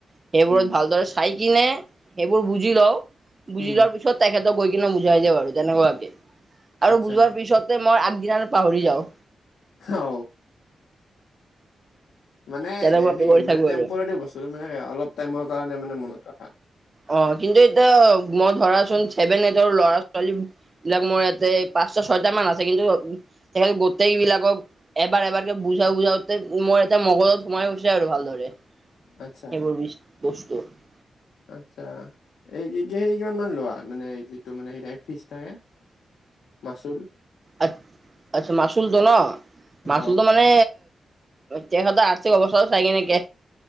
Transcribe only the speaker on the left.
উম
উম
আচ্ছা
অ মানে
সেই
মানে
টেম্পৰাৰী
বস্তুটো মানে অলপ টাইমৰ কাৰণে মানে মনত ৰখা।
আচ্ছা
আচ্ছা এই কি কি হেৰি কিমান মান লোৱা মানে যিটো মানে হ ফিজ থাকে। <unintelligible> মাচুল
অ